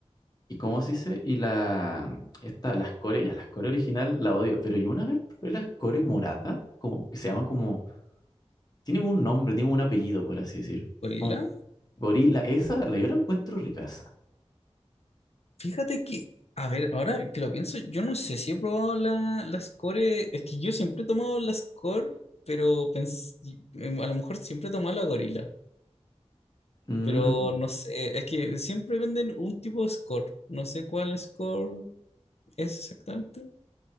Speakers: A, on the left; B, on the left.
A: ¿y cómo se dice? Y la, esta, las core, ya, las core original la odio, pero yo una vez probé las core morada, como que se llama como Tiene como un nombre, tiene como un apellido, por así decir.
B: Por ir
A: Como
B: a-
A: gorila, esa, la yo la encuentro ricaza.
B: fíjate que, a ver, ahora que lo pienso, yo no sé si he probado la, la Score, es que yo siempre he tomado la Score, pero pens- a lo mejor siempre he tomado la Gorila.
A: Mm,
B: Pero no sé, es que siempre venden un tipo de score. No sé cuál score es exactamente,